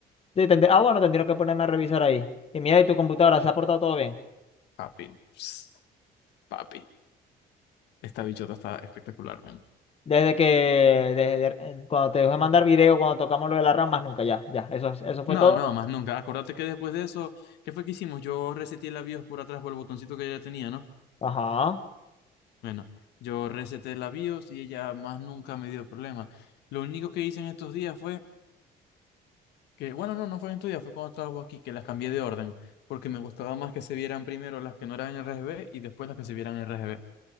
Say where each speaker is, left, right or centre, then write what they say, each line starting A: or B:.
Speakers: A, on the left; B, on the left.
A: Sí, tendré- ah, bueno, tendría que ponerme a revisar ahí. Y mira, ¿y tu computadora? ¿Se ha portado todo bien?
B: papi, ps, papi, esta bichota está espectacular, man.
A: Desde que, desde, cuando te dejé mandar video, cuando tocamos lo de las ramas, nunca, ya, ya, eso, eso fue
B: No,
A: todo.
B: no, más nunca. Acordate que después de eso, ¿qué fue que hicimos? Yo reseté la BIOS por atrás por el botoncito que ella tenía, ¿no?
A: Ajá,
B: Bueno, yo reseté la BIOS y ella más nunca me dio problema. Lo único que hice en estos días fue que, bueno, no, no fue en estos días, fue cuando estaba vos aquí, que las cambié de orden, porque me gustaba más que se vieran primero las que no eran RGB y después las que se vieran RGB.